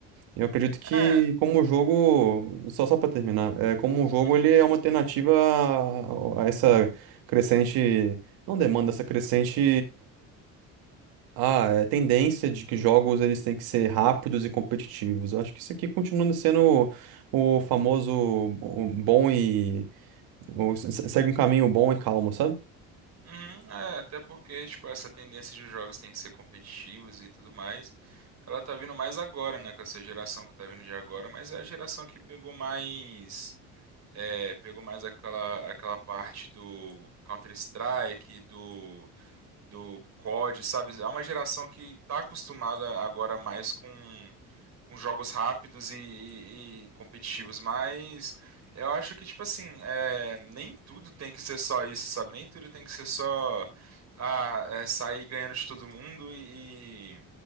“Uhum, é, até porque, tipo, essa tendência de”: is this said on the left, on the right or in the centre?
Right